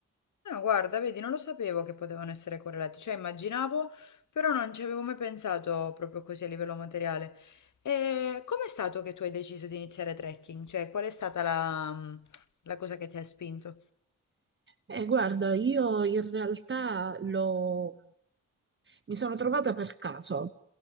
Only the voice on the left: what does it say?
No, guarda, vedi, non lo sapevo che potevano essere correlati, cioè immaginavo, però non ci avevo mai pensato proprio così a livello materiale. E com'è stato che tu hai deciso di iniziare trekking? Cioè, qual è stata la, mm, la cosa che ti ha spinto?